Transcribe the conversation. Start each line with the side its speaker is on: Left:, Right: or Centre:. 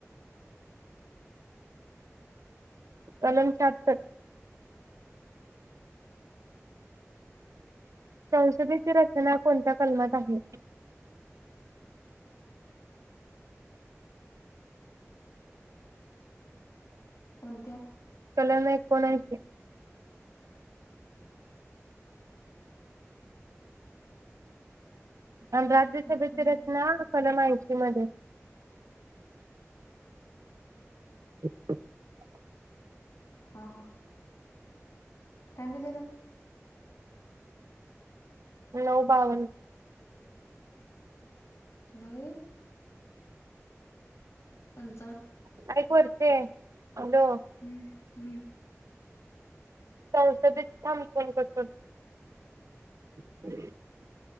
Right: कलम <unintelligible> संसदेची रचना कोणत्या कलमात आहे?
Left: कोणत्या?
Right: कलम एकोणेंशी. आणि राज्य सभेची
Left: एकूण आहे
Right: रचना कलम ऐंशी मध्ये. <inaudible>
Left: हा हा. टाईम किती झाला?
Right: नऊ बावन्न
Left: नऊ पन
Right: काय करते? हॅलो.
Left: हम्म, हम्म.
Right: संसदित <unintelligible> <inaudible>